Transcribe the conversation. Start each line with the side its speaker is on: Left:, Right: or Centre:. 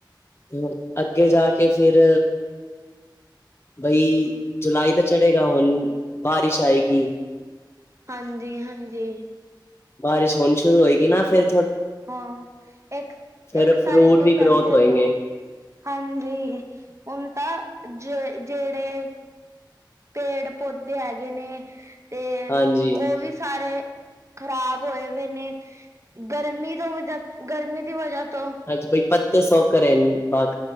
Left: ਤੇ ਅੱਗੇ ਜਾ ਕੇ ਫਿਰ ਬਈ ਜੁਲਾਈ ਤਾਂ ਚੜੇਗਾ, ਹੁਣ ਬਾਰਿਸ਼ ਆਏਗੀ।
Right: ਹਾਂਜੀ-ਹਾਂਜੀ,
Left: ਬਾਰਿਸ਼ ਹੋਣੀ ਸ਼ੁਰੂ ਹੋਏਗੀ ਨਾ ਫੇਰ
Right: ਹਾਂ ਇੱਕ-ਇੱਕ
Left: ਫਿਰ
Right: ਤਾਰੀਖ
Left: ਫਰੂਟ
Right: ਦੋ
Left: ਵੀ
Right: ਕਹਿੰਦੇ
Left: ਗਰੋਥ ਹੋਏਗੇ
Right: ਪਏ ਆ। ਹਾਂਜੀ, ਹੁਣ ਤਾ ਜੇ ਜਿਹੜੇ ਪੇੜ ਪੌਦੇ ਹੈਗੇ ਨੇ ਤੇ
Left: ਹਾਂਜੀ
Right: ਉਹ ਵੀ ਸਾਰੇ ਖ਼ਰਾਬ ਹੋਏ-ਹੋਏ ਨੇ ਗਰਮੀ ਤੋਂ ਗਰਮੀ ਦੀ ਵਜ੍ਹਾ ਤੋਂ
Left: ਹਾਂਜੀ, ਬਈ ਪੱਤੇ ਸੌ ਕਰੇ ਬਾਕ